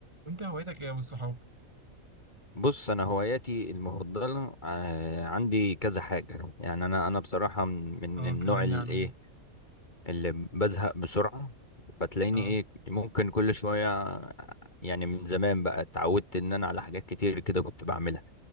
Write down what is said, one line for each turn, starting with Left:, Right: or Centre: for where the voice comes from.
Right: وانت هوايتك ايه والصحاب
Left: بص انا هواياتي المفضله آه، عندي كذا حاجه يعني انا انا بصراحه من من
Right: اه
Left: النوع
Right: كلمني
Left: الايه
Right: عنهم
Left: اللي بزهق بسرعه فتلاقيني
Right: اه
Left: ايه ممكن كل شويه آه، يعني من زمان بقى اتعودت ان انا على حاجات كتير كده كنت بعملها